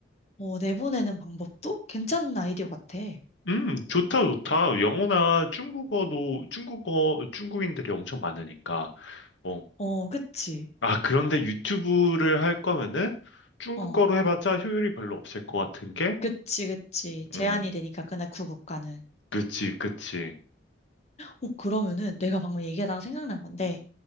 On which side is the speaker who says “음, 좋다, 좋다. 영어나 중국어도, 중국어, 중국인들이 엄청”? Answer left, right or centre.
Left